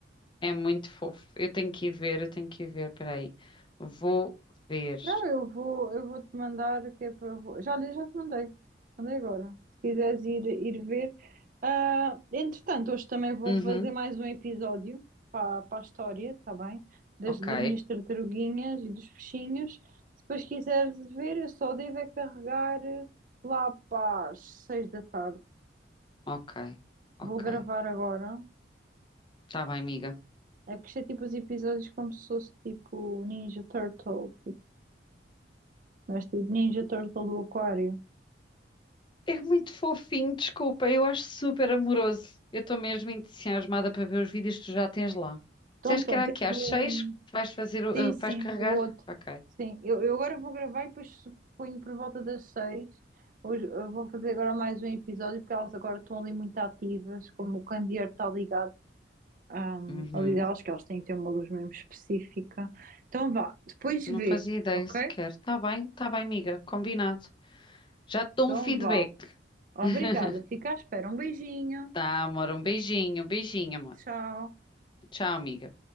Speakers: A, on the left (about 25°); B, on the right (about 45°).
A: é muito fofo. Eu tenho que ir ver, eu tenho que ir ver, peraí. Vou ver.
B: Não, eu vou, eu vou te mandar que é para. vo- Já li, já te mandei. Mandei agora. Se quiseres ir, ir ver. Ah, entretanto, hoje também vou
A: Uhum,
B: fazer mais um episódio para, para a história, está bem? Das,
A: ok,
B: das minhas tartaruguinhas e dos peixinhos. Se depois quiseres ver, eu só devo é carregar eh, lá para as seis da tarde.
A: ok, ok.
B: Vou gravar agora.
A: Está bem, amiga.
B: É que isto é tipo os episódios como se fosse tipo Ninja Turtle, tipo, mas tipo Ninja Turtle do Aquário.
A: É muito fofinho, desculpa, eu acho super amoroso. Eu estou mesmo entusiasmada para ver os vídeos que tu já tens lá.
B: Então
A: Disseste
B: pronto,
A: que era aqui
B: eu
A: às
B: vou.
A: seis que vais fazer, o-
B: Sim,
A: eh,
B: sim,
A: que vais carregar?
B: o outro.
A: Ok.
B: Sim, eu, eu agora vou gravar e depois ponho por volta das seis. Hoje eu vou fazer agora mais um episódio porque elas agora estão ali muito ativas, como o candeeiro está ligado ahm,
A: Uhum.
B: ali elas que elas têm que ter uma luz mesmo específica. Então vá, depois
A: Não
B: vê,
A: fazia ideia
B: ok?
A: sequer. Tá bem, tá bem, amiga, combinado. Já te dou
B: Então
A: um feedback.
B: vá. Obrigada,
A: <laughs>
B: fica à espera. Um beijinho.
A: Tá, amor, um beijinho, um beijinho, amor.
B: Tchau.
A: Tchau, amiga.